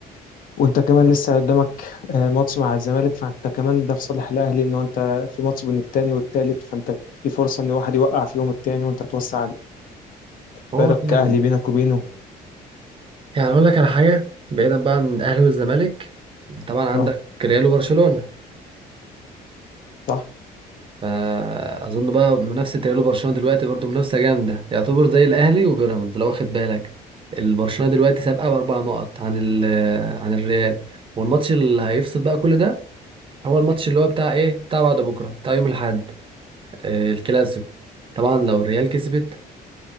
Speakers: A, on the left; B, on the right.
A: وانت كمان لسه قدامك آه، ماتش مع الزمالك فانت كمان ده في صالح الاهلي ان هو انت في ماتش بين التاني والتالت فانت في فرصه ان واحد يوقع فيهم التاني وانت توسع الفارق
B: هو فعلا
A: كاهلي بينك وبينه
B: يعني اقول لك على حاجه بعيدا بقى عن الاهلي والزمالك طبعا عندك
A: اه
B: ريال وبرشلونه
A: صح
B: فاظن بقى منافسه ريال وبرشلونه دلوقتي برضو منافسه جامده يعتبر زي الاهلي وبيراميدز لو واخد بالك البرشلونه دلوقتي سابقه باربع نقط عن ال عن الريال والماتش اللي هيفصل بقى كل ده هو الماتش اللي هو بتاع ايه بتاع بعد بكره بتاع يوم الاحد آه، الكلاسيكو طبعا لو الريال كسبت